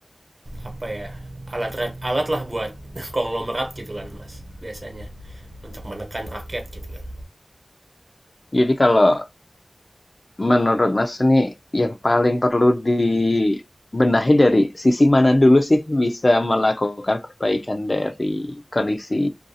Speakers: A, on the right; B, on the left.
A: apa ya alat alat lah buat <laughs> konglomerat gitu kan mas biasanya untuk menekan rakyat gitu kan
B: Jadi kalau menurut Mas ini yang paling perlu dibenahi dari sisi mana dulu sih bisa melakukan perbaikan dari kondisi